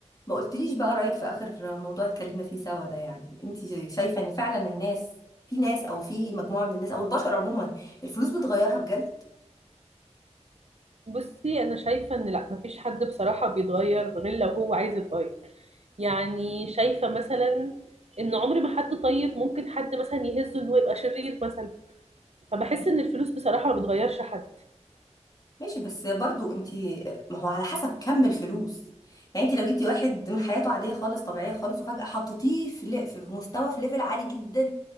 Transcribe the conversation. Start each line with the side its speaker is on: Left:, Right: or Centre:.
Left: ما قلتليش بقى رأيك في آخر موضوع اتكلمنا فيه سوا ده يعني انت شايفة ان فعلا الناس في ناس او في مجموعة من الناس او البشر عموما الفلوس بتغيرها بجد
Right: بصي انا شايفه ان لا مفيش حد بصراحه بيتغير غير لو هو عايز يتغير يعني شايفه مثلا ان عمر ما حد طيب ممكن حد مثلا يهزه ان هو يبقى شرير مثلا فبحس
Left: أهو.
Right: ان الفلوس بصراحه ما بتغيرش حد
Left: ماشي بس برضو انت ما هو على حسب كم الفلوس يعني انت لو جبتي واحد من حياته عادية خالص طبيعية خالص وفجأة حطيتيه في ل- في مستوى في ليفل عالي جدا